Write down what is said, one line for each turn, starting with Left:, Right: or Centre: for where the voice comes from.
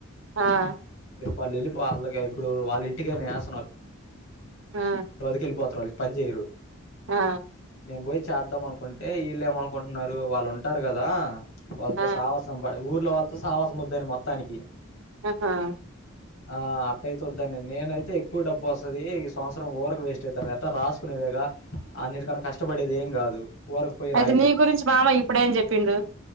Right: ఆ
Left: రేపు వాళ్ళు వెళ్ళి వాళ్ళకే ఇప్పుడు వాళ్ళ ఇంటికే నేఎస్తున్నా.
Right: ఆ
Left: వదికి వెళ్ళిపోతున్నారు ఇగ పని చేయరు.
Right: ఆ
Left: నేను పోయి చేద్దాం అనుకుంటే వీళ్ళు ఏమనుకుంటున్నారు వాళ్ళు ఉంటారు కదా వాళ్ళతో
Right: ఆ
Left: సావ సం ఊర్లో వాళ్ళతో సావాసం వద్దని మొత్తానికి
Right: ఆహా
Left: ఆ అట్టయితే వద్దనేది, నేనైతే ఎక్కువ డబ్బు వస్తది, ఈ సంవత్సరం వూరికే వేస్ట్ అయితది ఎట్టా రాసుకునేదేగా అన్నిటికన్నా కష్టపడేది ఏం కాదు ఊరకు పోయి
Right: అయితే
Left: రాయ
Right: నీ గురించి మామ ఇప్పుడేం చెప్పిండు.